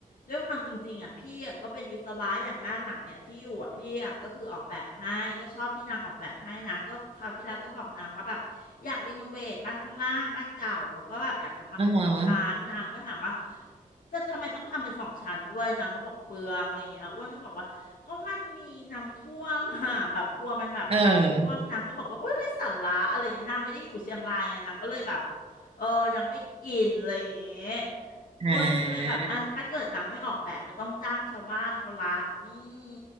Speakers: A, on the left; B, on the right.
A: ด้วยความจริงๆอ่ะพี่อะก็เป็นวิศวะอย่างบ้านหลังเนี่ยที่อยู่อ่ะพี่อะก็คือออกแบบให้ก็ชอบที่นางออกแบบให้นะก็คราวที่แล้วก็บอกนางว่าแบบอยากรีโนเวทบ้านข้างล่างบ้านเก่าแล้วก็แบบอยากจะทำเป็นสองชั้นนางก็ถามว่า
B: อือฮะ
A: จะทำไมต้องทำเป็นสองชั้นด้วยนางก็บอกเปลืองอะไรเงี้ยอ้วนก็บอกว่าก็มันมีน้ำท่วมอ่ะแบบกลัวมันแบบน้ำท่วมนางก็บอกว่าโอ๊ยไร้สาระอะไรเงี้ยนางไม่ได้อยู่เชียงรายไงนางก็เลยแบบ
B: เออ
A: เออนางไม่กินอะไรอย่างเงี้ย
B: อ่
A: อ้วนก็เลยแบบอันถ้าเกิดหนังไม่ออกแบบก็ต้องจ้างชาวบ้านเขาละอืม
B: า